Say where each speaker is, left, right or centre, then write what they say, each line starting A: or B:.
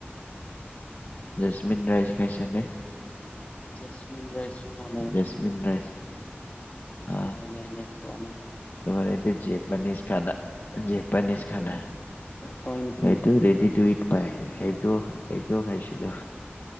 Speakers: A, on the left; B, on the left.
A: জেচমিন ৰাইচ খাইছা নে
B: জেচমিন ৰাইচ পোৱা নাই
A: জেচমিন ৰাইচ অ
B: নাই নাই নাই <unintelligible>
A: তোমাৰ ইতিয়া জেপানিজ খানা জেপানিজ খানা
B: হয় নেকি?
A: এইটো ৰেডি টু ইট পাই সটোও সেইটোও খাইছিলো